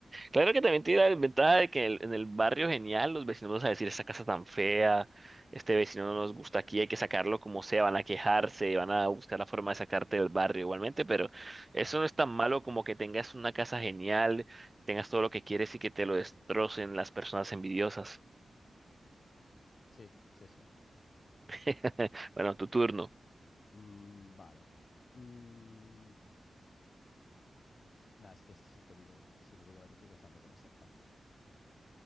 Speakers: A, on the right; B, on the left.
A: Claro que también tiene la ventaja de que en el, en el barrio genial los vecinos van a decir, esta casa tan fea, este vecino no nos gusta aquí, hay que sacarlo como sea, van a quejarse, van a buscar la forma de sacarte del barrio igualmente, pero eso
B: Claro.
A: no es tan malo como que tengas una casa genial, tengas todo lo que quieres y que te lo destrocen las personas envidiosas.
B: Sí, sí, sí.
A: <laughs> Bueno, tu turno.
B: Mm, vale. Mm, nah, es que si te digo, si te digo la que estoy pensando es demasiado fácil.